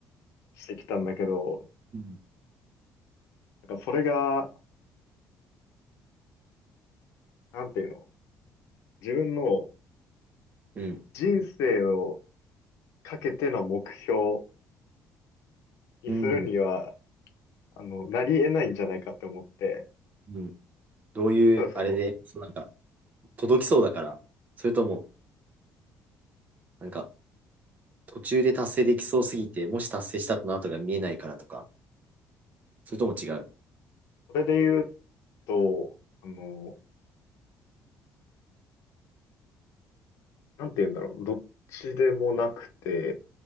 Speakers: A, on the left; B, on the right.
A: してきたんだけど、
B: うん。
A: なんかそれが、なんていうの、自分の
B: うん。
A: 人生をかけての目標にするには、
B: うん。
A: あの、なり得ないんじゃないかって思って、
B: うん。どういう、
A: ただその、
B: あれで、そうなんか、届きそうだから、それとも、なんか、途中で達成できそうすぎて、もし達成したとの後が見えないからとか、それとも違う。
A: それで言うと、あの、なんていうんだろう、どっちでもなくて、